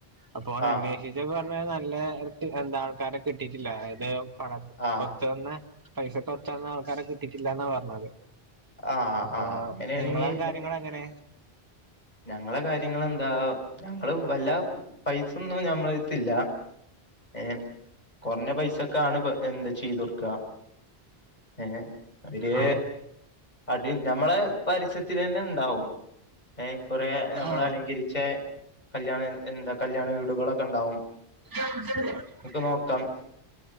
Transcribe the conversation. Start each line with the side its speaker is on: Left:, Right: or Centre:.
Right: അപ്പൊ ഓന
Left: ആ
Right: അന്വേഷിച്ചപ്പൊ പറഞ്ഞെ നല്ല എന്താ ആൾക്കാരെ കിട്ടിറ്റില്ല ആയത് പട
Left: ആ
Right: ഒത്തുവെന്ന പൈസക്കൊത്തു വന്ന ആൾക്കാരെ കിട്ടിറ്റില്ലാന്നാ പറഞ്ഞത്
Left: ആ
Right: അപ്പൊ
Left: ആ അങ്ങനെയാണെങ്കി
Right: നിങ്ങളെ കാര്യങ്ങളെങ്ങനെ
Left: ഞങ്ങളെ കാര്യങ്ങളെന്താ ഞങ്ങള് വല്ലാതെ പൈസൊന്നും ഞമ്മളെര്ത്തില്ല ഏഹ് കൊറഞ്ഞ പൈസക്കാണ് പ്പ എന്ത ചെയ്തൊട്ക്ക ഏഹ് അവിര്
Right: ആ
Left: അതി ഞമ്മളെ പരിസ്യത്തിലെന്നെ ഇണ്ടാവും ഏഹ് കുറേ ഞമ്മൾ
Right: ആ
Left: അലങ്കരിച്ചെ കല്യാണ എന്താ കല്യാണ വീടുകളൊക്കെ ഇണ്ടാവും
Right: <unintelligible>
Left: നോക്കാം